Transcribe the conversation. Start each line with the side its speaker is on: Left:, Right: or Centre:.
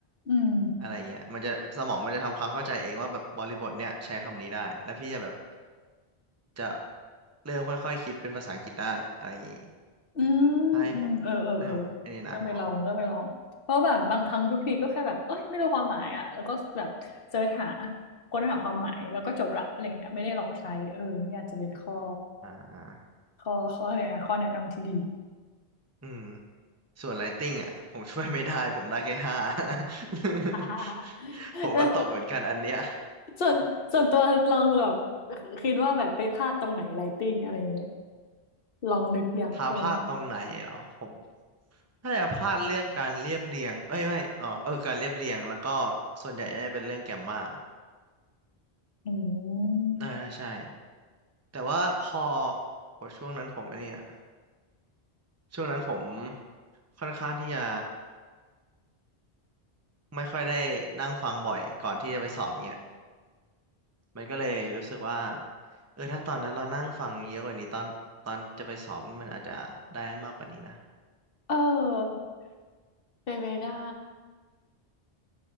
Left: อืม
Right: อะไรเงี้ยมันจะสมองมันจะทำความเข้าใจเองว่าแบบบริบทเนี้ยใช้คำนี้ได้แล้วพี่จะแบบจะเริ่มค่อยๆคิดเป็นภาษาอังกฤษได้อะไรอย่างงี้
Left: อืม
Right: ให้ผมให้ผมไอันนี้นะบอก
Left: อืมเออเออเออต้องไปลองต้องไปลองเพราะแบบบางครั้งทุกทีก็แค่แบบเอ้ยไม่รู้ความหมายอ่ะแล้วก็แบบเสิร์ชหาค้นหาความหมายแล้วก็จบละอะไรเงี้ยไม่ได้ลองใช้เออนี่อาจจะเป็นข้อ
Right: อ่าอ
Left: ข้อข้ออะไรนะข้อแนะนำที่ดี
Right: ืมส่วนไ i ติ n งอ่ะผมช่วยไม่ได้ผมได้แค่ห้า <laughs>
Left: <laughs>
Right: ผมก็ตกเหมือนกันอันเนี้ย
Left: เออส่วนส่วนตัวลองแบบคิดว่าแบบไปพลาดตรงไหนไลติ้งอะไรเงี้ยลองนึกยังลอง
Right: ท้าพลาดตรงไหนเหรอผมถ้าจะพลาดเรื่องการเรียบเรียงเอ้ยไม่เออเออการเรียบเรียงแล้วก็ส่วนใหญ่ได้เป็นเรื่องแกมมา
Left: อืม
Right: น่าใช่แต่ว่าพอโหช่วงนั้นผมอันนี้อะช่วงนั้นผมค่อนข้างที่จะไม่ค่อยได้นั่งฟังบ่อยก่อนที่จะไปสอบเนี่ยมันก็เลยรู้สึกว่าเออถ้าตอนนั้นเรานั่งฟังเยอะกว่านี้ตอนตอนจะไปสอบนี่มันอาจจะได้มากกว่านี้นะ
Left: เออเป็นไปได้